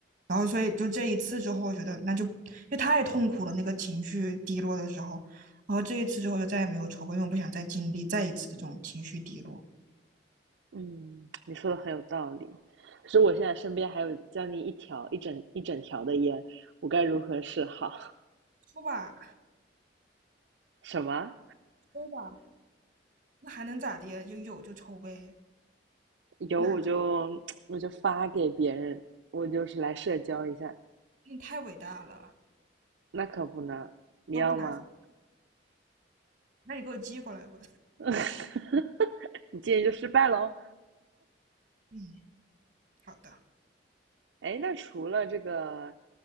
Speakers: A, on the right (about 45°); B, on the right (about 75°).
A: 然后所以就这一次之后，我觉得那就因为太痛苦了，那个情绪低落的时候，然后这一次之后就再也没有抽过，因为我不想再经历再一次的这种情绪低落。
B: 嗯，你说的很有道理。可是我现在身边还有将近一条、一整一整条的烟，我该如何是好？
A: 抽吧，
B: <laughs> 什么？
A: 抽吧，那还能咋的？就有就抽呗，
B: 有我就
A: 拿
B: <tsk> 我就发给别人，我就是来社交一下。
A: 你太伟大了，
B: 那可不呢，你要吗？
A: 都不拿，那你给我寄过来吧。
B: <laughs> 你戒烟就失败喽。
A: 嗯，好的。
B: 哎，那除了这个